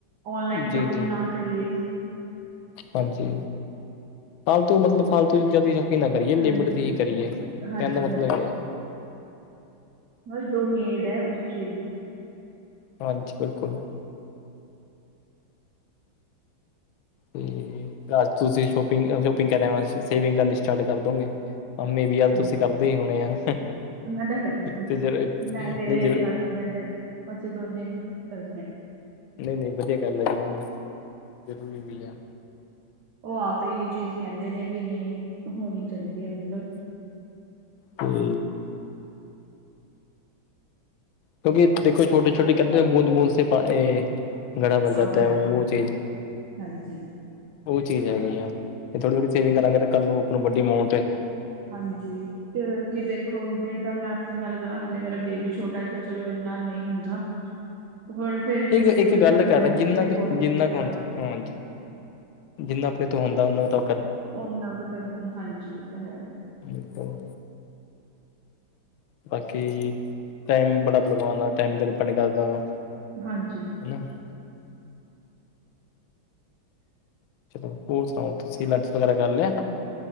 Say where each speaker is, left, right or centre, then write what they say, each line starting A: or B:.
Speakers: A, on the right; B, on the left.
A: ਔਨਲਾਈਨ
B: ਜੀ
A: ਸ਼ੋਪਿੰਗ
B: ਜੀ
A: ਨਾ ਕਰੀਏ।
B: ਹਾਂਜੀ ਫਾਲਤੂ, ਮਤਲਬ ਫਾਲਤੂ ਚੀਜ਼ਾਂ ਦੀ ਏ ਨਾ ਕਰੀਏ,
A: ਹਾਂਜੀ
B: ਲਿਮਿਟ ਦੀ ਹੀ ਕਰੀਏ,
A: ਹਾਂਜੀ
B: ਕਹਿੰਦਾ ਮਤਲਬ
A: ਹਾਂਜੀ
B: ਇਹ ਹੈ।
A: ਬਸ ਜੋ ਨੀਡ ਹੈ, ਉਸ ਚੀਜ਼ ਦੀ।
B: ਹਾਂਜੀ ਬਿਲਕੁਲ ਤੇ ਆਜ ਤੁਸੀਂ ਸ਼ੋਪਿੰਗ, ਸ਼ੋਪਿੰਗ ਕਰਨ ਵਾ ਸੇਵਿੰਗ ਕਰਨੀ ਸਟਾਰਟ ਕਰ ਦੋਗੇ। ਹਮੇਂ ਵੀ ਯਾਦ
A: ਹਾਂਜੀ
B: ਤੁਸੀਂ ਕਰਦੇ ਹੀ ਹੋਣੇ ਆ
A: ਮੈਂ ਤਾਂ ਕਰਦੀ ਹਾਂ
B: ਤੇ ਜ
A: ਮੈਂ ਮੇਰੇ
B: ਜ
A: ਹਸਬੈਂਡ ਅਸੀਂ ਦੋਨੇ ਹੀ ਮਤਲਬ ਕਰ
B: ਨਹੀਂ- ਨਹੀਂ ਵਧੀਆ ਗੱਲ ਹੈ ਜੀ ਹੁਣ ਜ਼ਰੂਰੀ ਵੀ ਆ
A: ਉਹ ਆਪ ਇਹੀ ਚੀਜ਼ ਕਹਿੰਦੇ ਨੇ ਵੀ ਨਹੀਂ ਹੋਣੀ ਚਾਹੀਦੀ ਹੈ ਮਤਲਬ
B: ਤੇ ਕਿਉਂਕਿ ਦੇਖੋ ਛੋਟੇ- ਛੋਟੇ ਕਹਿੰਦੇ ਨੇ ਬੂੰਦ -ਬੂੰਦ ਸ ਪਾ ਘੜ੍ਹਾ ਭਰ ਜਾਤਾ
A: ਅਗਰ
B: ਹੈ ਉਹ ਚੀਜ਼
A: ਹਾਂਜੀ
B: ਉਹ ਚੀਜ਼ ਹੈਗੀ ਆ, ਤੇ ਥੋੜੀ -ਥੋੜ੍ਹੀ ਸੇਵਿੰਗ ਕਰਾਂਗੇ ਤੇ ਕੱਲ ਨੂੰ ਆਪ ਨੂੰ ਵੱਡੀ ਅਮਾਊਟ
A: ਹਾਂਜੀ, ਤੇ ਕੀ ਦੇਖੋ ਜੇ ਤਾਂ ਮੈਂ ਗੱਲ ਕਰਾਂ ਹਾਲੇ ਮੇਰਾ ਬੇਬੀ ਛੋਟਾ ਹੈ ਤਾਂ ਚਲੋ ਇੰਨਾ ਨਹੀਂ ਹੁੰਦਾ ਹੋਰ ਫਿਰ ਇਹਨੇ
B: ਇੱਕ
A: ਸਕੂਲ
B: ਇੱਕ ਗੱਲ
A: ਜਾਣਾ
B: ਕਰ
A: ਹੈ,
B: ਜਿੰਨਾ
A: ਫਿਰ ਇਹ
B: ਕੁ
A: ਕਾਲਜ
B: ਜਿੰਨਾ
A: ਜਾਏਗਾ
B: ਕੁ ਹੁੰਦਾ ਹਾਂਜੀ, ਜਿੰਨਾ ਆਪਣੇ ਤੋਂ ਹੁੰਦਾ ਉਹਨਾਂ ਤੋਂ
A: ਉਹਨਾਂ ਕੁ ਤਾਂ ਵ ਹਾਂਜੀ ਤਾਂ ਹੈ
B: ਬਿਲਕੁਲ ਬਾਕੀ ਟਾਈਮ ਬੜਾ ਬਲਵਾਨ, ਟਾਈਮ ਤੇ ਡਿਪੈਂਡ ਕਰਦਾ ਵਾ
A: ਹਾਂਜੀ
B: ਨਾ ਚਲੋ, ਹੋਰ ਸੁਣਾਓ ਤੁਸੀਂ ਲੰਚ ਵਗੈਰਾ ਕਰ ਲਿਆ